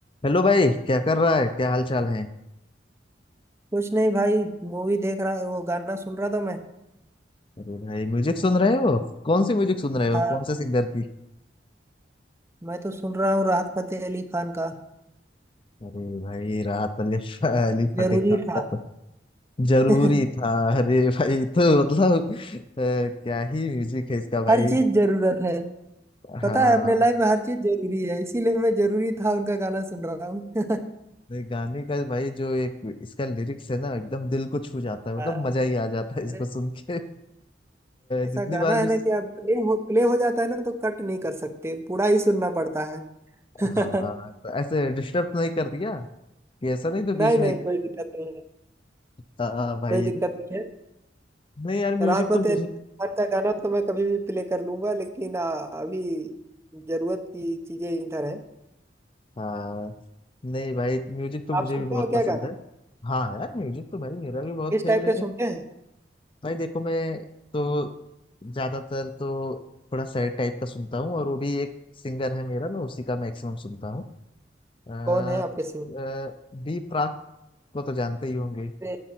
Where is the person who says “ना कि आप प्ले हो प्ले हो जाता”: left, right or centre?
Right